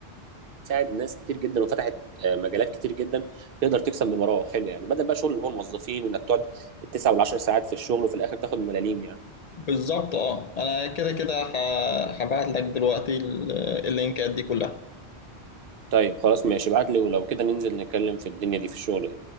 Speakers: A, on the right (about 60°); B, on the left (about 55°).
A: مساعد ناس كتير جدا وفتحت آه، مجالات كتير جدا تقدر تكسب من وراه حلو يعني بدل بقى شغل اللي هو الموظفين وانك تقعد التسع والعشر ساعات في الشغل وفي الاخر تاخد ملاليم يعني
B: بالظبط اه انا كده كده ه- هبعت لك دلوقتي ال- اللينكات دي كلها
A: طيب خلاص ماشي ابعت لي ولو كده ننزل نتكلم في الدنيا دي في الشغل